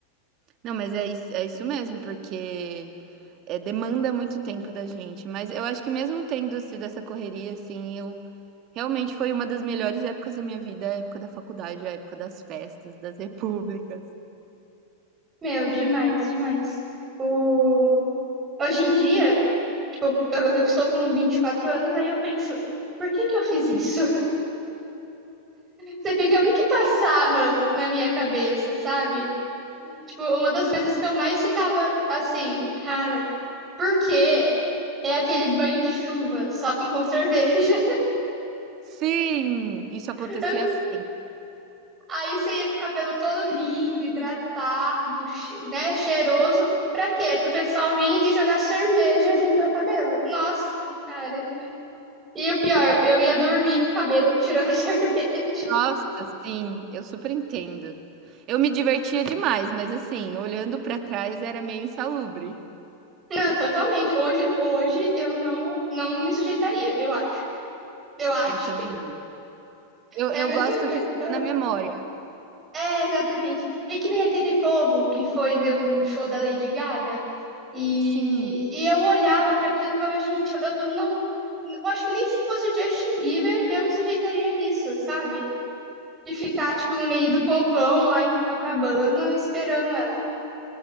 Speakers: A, on the right; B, on the right.
A: Não, mas é isso, é isso mesmo, porque, eh, demanda muito tempo da gente, mas eu acho que mesmo tendo sido essa correria, assim, eu realmente foi uma das melhores épocas da minha vida, a época da faculdade, a época das festas, das repúblicas.
B: Meu, demais, demais. O... Hoje em dia, tipo, eu, eu estou com 24 anos, aí eu penso, por que que eu fiz isso? Você fica, o que que passava na minha cabeça, sabe? Tipo, uma das coisas que eu mais ficava assim, cara, por quê? É aquele banho de chuva, só que com cerveja.
A: Sim, isso acontecia
B: <laughs>
A: sempre.
B: Aí você ia com o cabelo todo lindo, hidratado, che- né, cheiroso. Pra quê? Pro pessoal vir e jogar cerveja no teu cabelo. Nossa, cara. E o pior,
A: A
B: eu ia dormir com o cabelo cheirando a <laughs> cerveja.
A: nossa, sim, eu super entendo. Eu me divertia demais, mas assim, olhando pra trás era meio insalubre.
B: Não, totalmente. Hoje, hoje eu não, não me sujeitaria, eu acho. Eu acho
A: Eu também não. Eu
B: É a
A: eu
B: mesma
A: gosto
B: coisa.
A: que fica
B: aham.
A: na memória.
B: É, exatamente. É que nem aquele povo que foi ver o show da Lady Gaga e,
A: Sim.
B: e eu olhava para aquilo e ficava, gente, eu, eu não. Eu acho que nem se fosse o Justin Bieber eu me sujeitaria a isso, sabe? De ficar, tipo, no meio do povão lá em Copacabana esperando ela.